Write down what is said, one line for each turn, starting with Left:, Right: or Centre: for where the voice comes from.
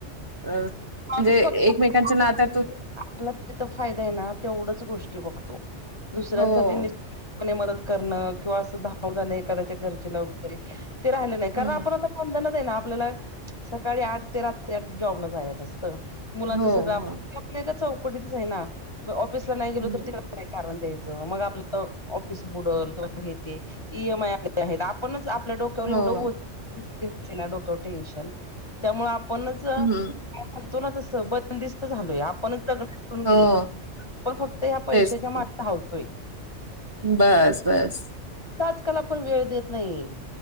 Right: अ म्हणजे
Left: माणूस फक्त
Right: एकमेकांच्या नात्यात
Left: आपला तिथं फायदा आहे ना तेवढंच गोष्टी बघतो दुसऱ्यांसाठी
Right: हो,
Left: नि. <inaudible> मने मदद करणं किंवा असं धावून जाणे एखाद्याच्या घरचेला वगैरे ते राहिलं नाही कारण
Right: हम्म,
Left: आपण आता बंधनात आहे ना, आपल्याला सकाळी आठ ते रात्री आठ जॉबला जायचं असतं. मुलांचा
Right: हो,
Left: सगळं
Right: हो,
Left: <inaudible> का चौकटीतच आहे ना मग ऑफिसला नाही
Right: हम्म,
Left: गेलो तर तिकडं कारण द्यायचं मग, आपलं ऑफिस बुडल किंवा हे ते. ई एम आय आपल्या आहेत, आपणच आपल्या डोक्या
Right: हो,
Left: एवढं <unintelligible> डोक टेन्शन त्यामुळे आपणच.
Right: हम्म.
Left: म्हण तो ना तसं बंदिस्त. झालोय आपण जगून गेलोय,
Right: हो,
Left: आपण फक्त या पैशाच्या
Right: तेच
Left: माग
Right: तर.
Left: धावतोय.
Right: बस बस.
Left: आजकाल आपण वेळ देत नाही,